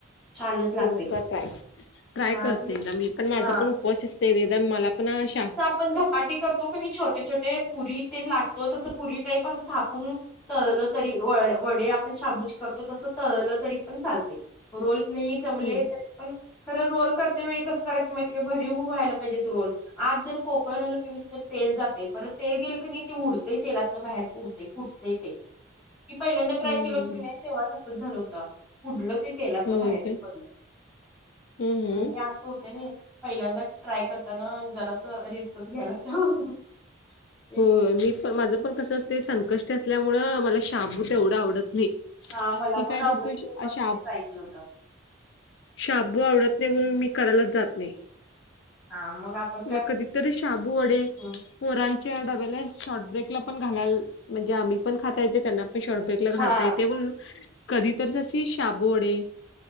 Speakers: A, in the centre; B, on the left (about 60°).
A: छानच लागते.
B: होय का ताई. ट्राय
A: हा
B: करते
A: तेच
B: एकदा मी पण माझा
A: हा.
B: पण उपवास असते एकदा मला पण अशा.
A: पण धपाटी करतो की नाही छोटे छोटे पुरी ते लाटतो तसं पुरी टाईप असं थापून. तळलं तरी व वडे आपण शाबू करतो तसं तळलं तरी पण चालते. रोल नाही जमले
B: हं,
A: तरी. पण खरं रोल करते वेळी कस करायचं माहिती का भरी उभं व्हायला पाहिजे रोल. आज जर पोकर राहील क त्याच्यात तेल जाते परत तेल गेलं की ते उडतं तेलातन बाहेर. पुडते फुटते ते मी पहिल्यांदा ट्राय
B: हं,
A: केलं
B: हं,
A: होत की
B: हं.
A: नाही तेव्हा तसंच झाल होत. उडलं तेलात
B: होय
A: ना बाहेरच
B: काय?
A: पडलं
B: हं, हं.
A: म्हणे होते ना पहिल्यांदा ट्राय करताना जरास रिस्कच घ्यायला. ते
B: हो मी पण माझं पण कसं असते संकष्ट असल्यामुंळ मला शाबू तेवढं आवडत नाही.
A: हा मला
B: मी
A: पण
B: काय करतो
A: आवडत
B: शा
A: म्हणून
B: शाब
A: ते ट्राय केलं होत.
B: शाबू आवडत नाही म्हणून मी करायलाच जात नाही.
A: हां, आपण काय
B: मग कधीतरी शाबू वडे.
A: हं,
B: पोरांच्या डब्याला शॉर्ट ब्रेकला पण घालायला म्हणजे आम्ही पण खाता येते त्यांना पण शॉर्ट ब्रेक घालता
A: हां.
B: येत ब कधी तरशी शाबू वडे.